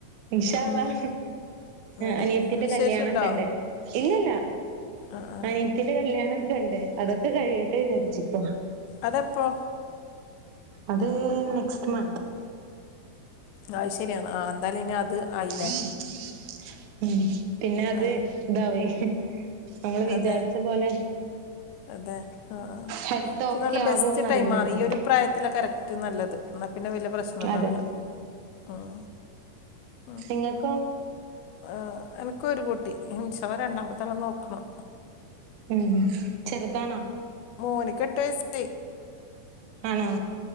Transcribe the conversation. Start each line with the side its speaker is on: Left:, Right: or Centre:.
Right: ഇൻഷാ
Left: ഉം,
Right: അല്ലാഹ്
Left: അതെ
Right: അനിയത്തിന്റെ
Left: വിശേഷം
Right: കല്യാണക്കെണ്ട്
Left: ഉണ്ടോ
Right: ഇല്ലല്ല
Left: ആ ആ
Right: അനി യത്തിന്റെ കല്യാണോക്കെ ണ്ട് അതൊക്കെ കഴിയട്ടെ വിചാരിച്ചിക്ക
Left: അതെപ്പോ
Right: അത് നെക്സ്റ്റ് മന്ത്
Left: അഹ് ശരിയാണ് ആ എന്തായാലും ഇനി അത് ആയില്ലേ
Right: ഉം പിന്നെ അത്
Left: ആ
Right: ഇതാവെയ് നമ്മള് വിചാരിച്ച
Left: അതെ
Right: പോലെ
Left: അതെ അ ആ
Right: ഹെൽത്ത്
Left: ഇത്
Right: ഓക്കെ
Left: നല്ല ബെസ്റ്റ്
Right: ആവോന്നറിയില്ലല്ലോ
Left: ടൈമാണ് ഈ ഒരു പ്രായത്തിലാ കറക്റ്റ് നല്ലത് ന്നാ പിന്നെ വല്ല്യ പ്രശ്നണ്ടാവൂല
Right: അതെ
Left: ഉം ഉം
Right: ങ്ങക്കോ
Left: ആ എനക്ക് ഒരു കുട്ടി ഇന്ഷാ അല്ലാഹ് രണ്ടാമത്താളെ നോക്കണം
Right: ഉം ചെറുതാണോ?
Left: മോന്ക്ക് എട്ട് വയസ്സായി
Right: ആണോ